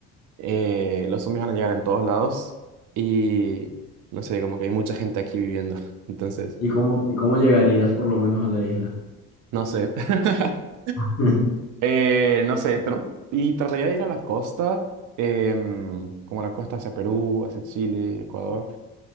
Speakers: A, on the right; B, on the left.
A: eh, los zombies van a llegar en todos lados y no sé, como que hay mucha gente aquí viviendo. <laughs> Entonces,
B: ¿Y cómo, y cómo llegarías por lo menos a la isla?
A: no sé. <laughs>
B: <laughs>
A: Eh, no sé, tra- y trataría de ir a la costa, em, como a la costa hacia Perú, hacia Chile, Ecuador.